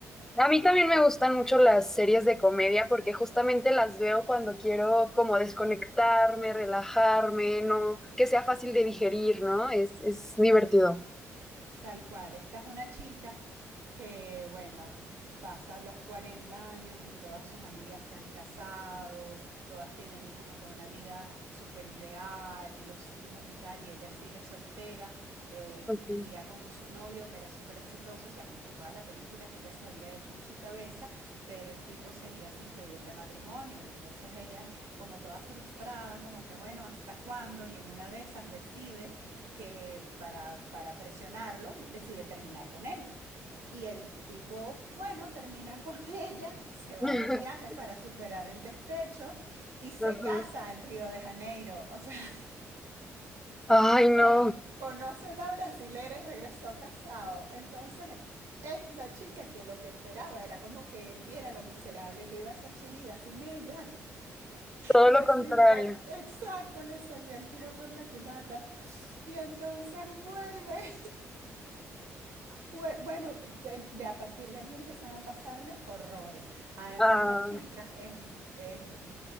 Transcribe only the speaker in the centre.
A mí también me gustan mucho las series de comedia porque justamente las veo cuando quiero como desconectarme, relajarme, no, que sea fácil de digerir, ¿no? Es, es divertido.
Ok.
<laughs>
Ajá.
Ay,
no,
todo
lo contrario.
Ah.